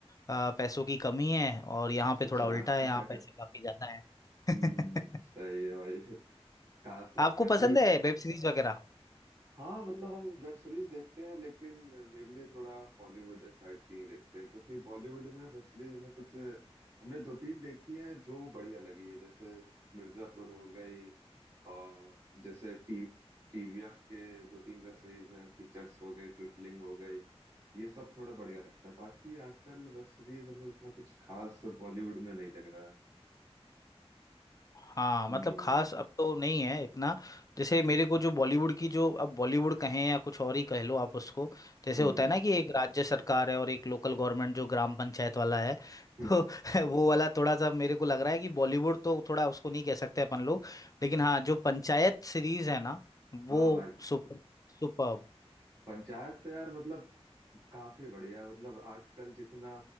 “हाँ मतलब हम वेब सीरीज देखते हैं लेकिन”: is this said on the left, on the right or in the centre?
Right